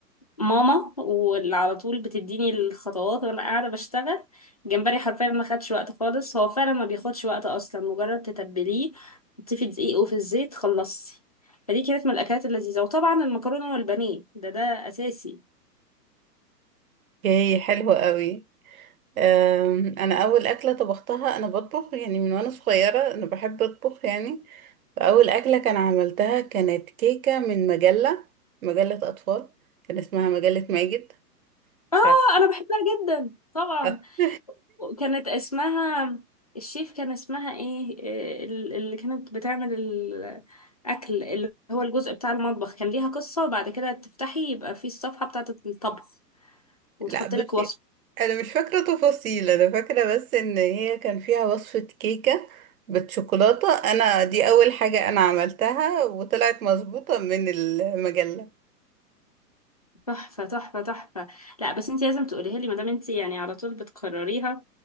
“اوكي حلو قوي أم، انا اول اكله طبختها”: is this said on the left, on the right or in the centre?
Right